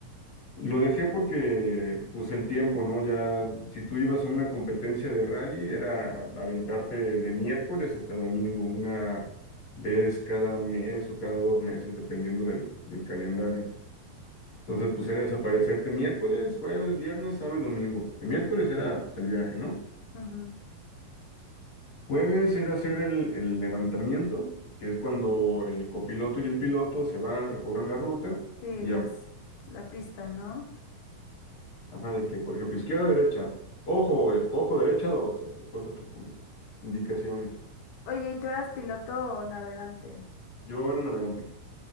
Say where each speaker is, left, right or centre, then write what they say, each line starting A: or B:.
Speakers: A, on the left; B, on the left.
A: Lo dejé porque, pues, el tiempo, ¿no? Ya, si tú ibas a una competencia de rally, era aventarte de miércoles hasta domingo, una vez cada mes o cada dos meses, dependiendo del, del calendario. Entonces, pues era desaparecerte miércoles, jueves, viernes, sábado y domingo, porque miércoles era pues, el viaje, ¿no?
B: Ujú.
A: Jueves era hacer el, el levantamiento, que es cuando el copiloto y el piloto se van, recorren la ruta
B: Sí,
A: y
B: las,
A: ya-
B: la pista, ¿no?
A: ajá, de que, por ejemplo, izquierda, derecha, ojo, eh, ojo, derecha, dos, este, cosas así como indicaciones.
B: Oye, ¿y tú eras piloto o navegante?
A: Yo era navegante.